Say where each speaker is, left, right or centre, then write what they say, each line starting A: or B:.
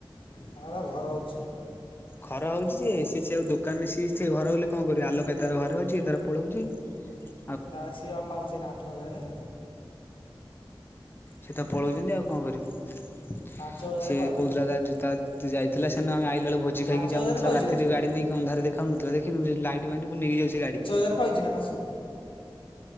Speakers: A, on the left; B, on the left.
A: ତାର ଘର ହୋଉଛି।
B: ଘର ହଉଛି ଯେ ସିଏ ସିଆଉ ଦୋକାନରେ ସିଏ ସେ ଘର ହେଲେ କଣ କରିବ ଆଲୋକ ଭାଇ ତାର ଘରେ ଅଛି ତାର ପଳଉଛି। <inaudible>
A: ତା ଶିିଏ ପା ପାଉଛି ଏନା ଆଠ ହଜାରେ।
B: ସେ ତ ପଳଉଛନ୍ତି ଆଉ କଣ କରିବ।
A: ପାଞ୍ଚ ହଜାର
B: ସେଏ
A: ପାଉଛି
B: କହୁଥିଲା ତା ତା ଯାଇଥିଲା ସେନ ଆମେ ଆଇଲା ବେଳେ ଭୋ ଜି
A: ପାଞ୍ଚ
B: ଖାଇକି ଯାଉନଥିଲା
A: ହଜାର ପାଉଛି
B: ରାତିରେ
A: ନା ସିଏ
B: ଗାଡି ନେଇକି ଅନ୍ଧାର ଦେଖାଉ ନଥିଲା ଦେଖିନୁ ଲାଇଟ୍ ମାନି ନେଇକି ଯାଉଛି ସେ ଗାଡି।
A: ଗାର ପାଉଛି ନା ମାସକୁ।